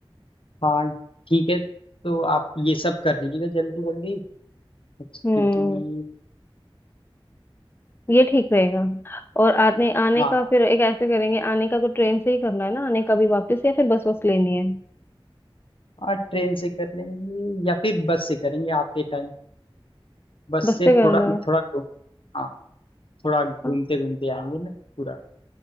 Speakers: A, on the left; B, on the left.
A: हाँ ठीक है तो आप ये सब कर लीजिएगा जल्दी जल्दी क्योंकि
B: हम्म ये ठीक रहेगा और आने आने
A: हाँ
B: का फिर एक ऐसे करेंगे आने का तो ट्रेन से ही करना है ना आने का भी वापस या फिर बस बस लेनी है
A: हाँ ट्रेन से कर लेंगे या फिर बस से करेंगे आते टाइम बस
B: बस
A: से
B: से करना
A: थोड़ा थोड़ा घूम हाँ थोड़ा घूमते
B: है
A: घूमते आएंगे ना पूरा